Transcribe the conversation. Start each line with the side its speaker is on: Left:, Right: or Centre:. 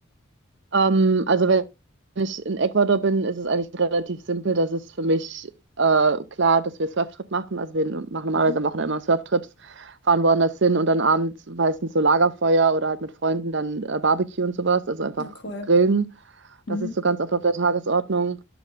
Right: Ähm, also wenn ich in Ecuador bin, ist es eigentlich relativ simpel. Das ist für mich äh, klar, dass wir Surftrip machen. Also wir machen normalerweise
Left: Mhm.
Right: am Wochenende immer Surftrips, fahren woanders hin und dann abends meistens so Lagerfeuer oder halt mit Freunden dann äh, Barbecue und sowas. Also einfach
Left: Ja, Cool.
Right: grillen. Das
Left: Mhm.
Right: ist so ganz oft auf der Tagesordnung.